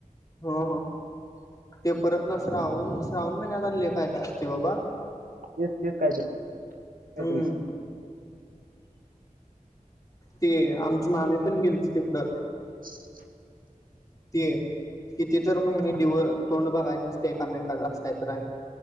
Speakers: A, on the left (about 25°); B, on the right (about 80°).
A: हा ह ते परत ना श्रावण श्रावण महिन्यात आणले काय असते बाबा
B: तेच तेच काय काय
A: हम्म
B: दृश्य
A: ते आमची मामी पण गेली तिकडं
B: ह
A: त किती तर महिने दिव तोंड बघायनचते एकमेक असात रा